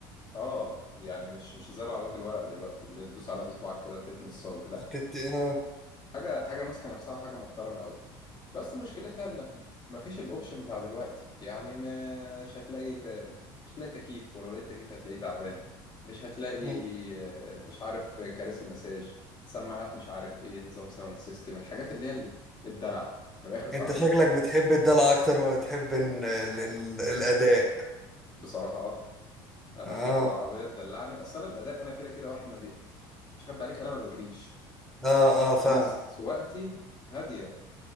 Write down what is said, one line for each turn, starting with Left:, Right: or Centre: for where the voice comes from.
Left: اه يعني مش مش زي العربيات الورق دلوقتي اللي تدوس عليها بصباعك كده تتني الصاج لا
Centre: هتت... آه.
Left: حاجه حاجه ماسكه نفسها وحاجه محترمه قوي بس مشكلتها انك مفيش الاوبشن بتاع دلوقتي يعني مش هتلاقي ت... مش هتلاقي تكييف ولو لقيت تكييف هتلاقيه تعبان مش هتلاقي
Centre: مم.
Left: آه، مش عارف كراسي مساج سماعات مش عارف ايه نظام ساوند سيستم الحاجات اللي هي ال- الدلع من الاخر بتاع
Centre: انت
Left: دلوقتي
Centre: شكلك بتحب الدلع اكتر ما بتحب ال- ال- ال- الاداء
Left: بصراحه اه انا
Centre: اه
Left: احب العربيه تدلعني اصلا الاداء انا كده كده واحد ما بي مش هخبي عليك انا ما بجريش
Centre: اه اه فاهم
Left: انا سواقتي هاديه